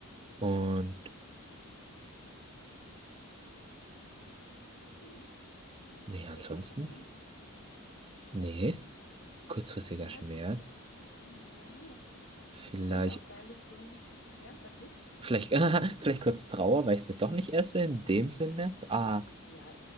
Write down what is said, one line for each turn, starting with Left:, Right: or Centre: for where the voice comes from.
Right: Und
Left: Hm.
Right: nee, ansonsten?
Left: Fällt dir noch was ein?
Right: Nee, kurzfristiger
Left: Ja,
Right: Schmerz.
Left: es, ja,
Right: Vielleicht,
Left: Könnte auch sein, dass du ja, sag du.
Right: vielleicht, <laughs> vielleicht kurz Trauer, weil ich das doch nicht esse, in dem Sinne. Ah,
Left: Ja.